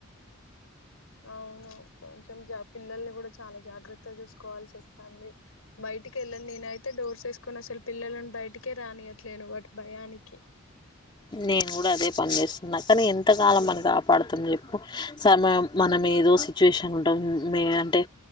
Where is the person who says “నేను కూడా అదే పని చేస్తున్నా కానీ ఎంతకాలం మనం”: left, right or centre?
Left